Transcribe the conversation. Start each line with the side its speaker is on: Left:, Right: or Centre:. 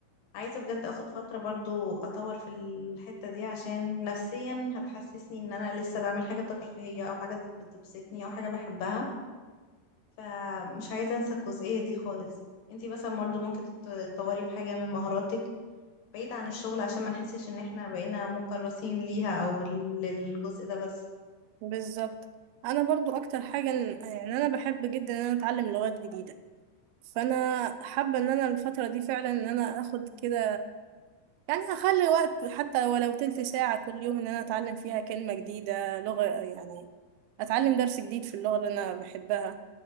Left: عايزة بجد اخد فترة برضو اطور في الحتة دي عشان نفسيا هتحسسني ان انا لسه بعمل حاجة ترفيهية او حاجة بتبسطني او حاجة بحبها فمش عايزة انسى الجزئية دي خالص انتي مثلا برضو ممكن تطوري في حاجة من مهاراتك بعيد عن الشغل عشان ما نحسش ان احنا بقينا مكرسين ليها او للجزء ده بس
Right: بالظبط انا برضو اكتر حاجه إن- يعني انا بحب جدا ان انا اتعلم لغات جديده فانا حابه ان انا الفتره دي فعلا ان انا اخد كده يعني اخلي وقت حتى ولو تلت ساعه كل يوم ان انا اتعلم فيها كلمه جديده لغه يعني اتعلم درس جديد في اللغه اللي انا بحبها